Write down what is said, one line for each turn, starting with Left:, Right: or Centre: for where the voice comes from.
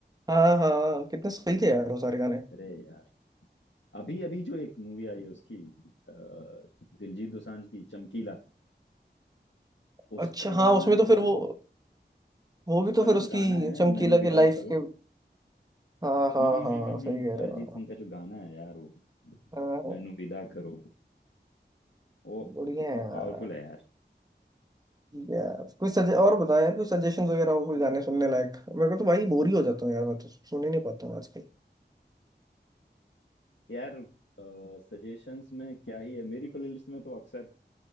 Right: हाँ हाँ कितने सही थे यार वो सारे गाने
Left: अरे यार अभी अभी जो एक मूवी आई है उसकी अ, दिलजीत दोसांझ की चमकीला उसका
Right: अच्छा हाँ
Left: गाना
Right: उसमें
Left: यार
Right: तो फिर वो वो भी
Left: उसका
Right: तो फिर
Left: जो
Right: उसकी
Left: गाना है
Right: चमकीला
Left: मैनू विदा
Right: के लाइफ
Left: करो
Right: के हाँ हाँ
Left: हम्म हम्म
Right: हाँ
Left: हम्म,
Right: सही
Left: हम्म,
Right: कह रहे
Left: अरिजीत
Right: हो
Left: सिंह का जो गाना है यार वो
Right: हाँ,
Left: मैनू विदा करो ओह
Right: बढ़िया
Left: कितना
Right: है यार
Left: पावरफुल है यार
Right: यार कोई सजे और बताया यार कोई सजेशन वगैरह हो कोई गाने सुनने लायक मेरे को तो भाई बोर ही हो जाता हूँ यार मैं तो सुन ही नहीं पाता हूँ आजकल
Left: यार सजेशंस में क्या ही है मेरी प्लेलिस्ट में तो अक्सर अ,